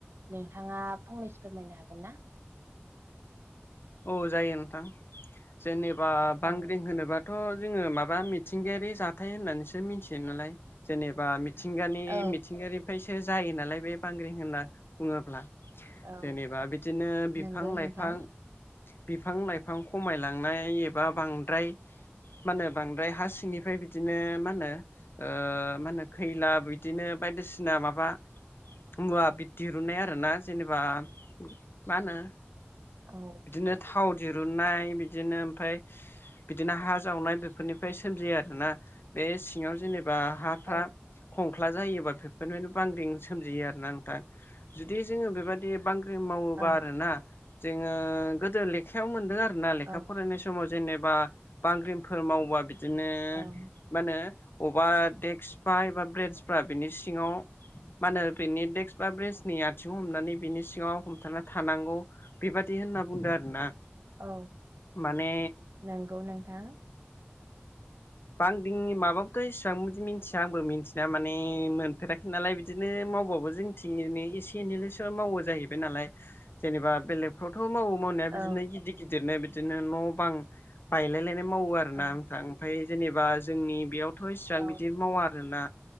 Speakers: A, on the right; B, on the left.
A: नोंथाङा फंनैसो फोरमायनो हागोन ना?
B: औ जायो नोंथां। जेनेबा बांग्रिं
A: औ
B: होनोबा थ' जोङो माबा मिथिंगायारि जा थाय होननानैसो मिथियो नालाय जेनेबा मिथिंगानि
A: औ
B: मिथिंगारि फ्रायसो जायो नालाय बे बांग्रिं होनना बुङोब्ला।
A: औ
B: जेनेबा बिदिनो बिफां
A: नंगौ नोंथां
B: लाइफां बिफां लाइफां खमायलांनाय एबा बांद्राय मा होनो बांद्राय हा सिंनिफ्राय बिदिनो मा होनो ओ मा होनो खैला बिदिनो बायदिसिना माबा मुवा दिरुननाय आरोना जेनेबा मा होनो
A: औ
B: बिदिनो थाव दिरुननाय बिदिनो ओमफ्राय बिदिनो हा जावनाय बेफोरनिफ्राय सोमजियो आरोना बे सिङाव जेनेबा हा फ्रा
A: औ
B: खंख्ला जायोबा बेफोरनिनो बांग्रिं सोमजियो आरोना नोंथां जुदि जोङो बेबादि बांग्रि मावोबा
A: औ
B: आरोना जोङो गोदो लेखायाव मोन आरोना लेखा
A: औ
B: फरायनाय समाव जेनेबा बांग्रिमफोर मावबा बिदिनो
A: औ
B: मा होनो बबेबा डेक्सफ्रा एबा बे्रेन्सफ्रा बिनि सिङाव मा होनो बेनि डेक्स बा ब्रिजनि आथिं हमनानै बिनि सिङाव हमथाना थानांगौ बेबादि होनना बुंदो आरोना।
A: औ
B: माने
A: नंगौ नोंथां।
B: बाग्रिंनि माबोथ' इसिबां बिदि मिथिया आंबो मिथिना माने मोनफेराखै नालाय बिदिनो मावबाबो जों थनो एसे एनैल'सो मावो जाहैबाय नालाय जेनेबा बेलेग फ्रावथ' मावो मावनाया
A: औ
B: बिदिनो गिदिर गिदिरनो बिदिनो न' बां बायलायलायनाय मावो आरो आरोनाोंथां
A: औ
B: ओमफ्राय जेनेबा जोंनि बेयावथ' इसिबां
A: औ
B: बिदि मावा आरोना